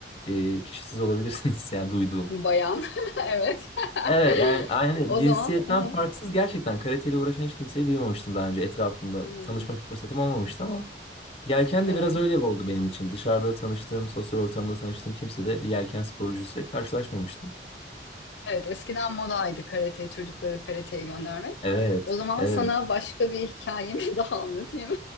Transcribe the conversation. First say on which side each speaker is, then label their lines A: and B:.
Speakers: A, on the left; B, on the left.
A: e, kişi siz olabilirsiniz <laughs> yani duyduğum.
B: Bayan. <laughs> Evet. <laughs>
A: Evet yani aynı
B: O
A: cinsiyetten
B: zaman Hı hı.
A: farksız gerçekten karateyle uğraşan hiç kimseyi duymamıştım daha önce etrafımda.
B: duymadım.
A: Tanışma fırsatım olmamıştı ama yelken
B: Evet.
A: de biraz öyle oldu benim için. Dışarıda tanıştığım, sosyal ortamda tanıştığım kimse de bir yelken sporcusuyla karşılaşmamıştım.
B: Evet, eskiden modaydı karate, çocukları karateye göndermek.
A: Evet,
B: O zaman
A: evet.
B: sana başka bir hikayemi <laughs> daha anlatayım.